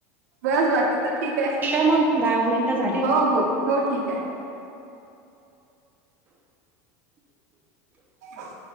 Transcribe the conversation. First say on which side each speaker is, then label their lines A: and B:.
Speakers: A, on the right (about 80°); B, on the right (about 25°).
A: बस बाकी तर ठीक आहे
B: मग दहा मिनिटं झाले.
A: हो हो हो ठीक आहे ह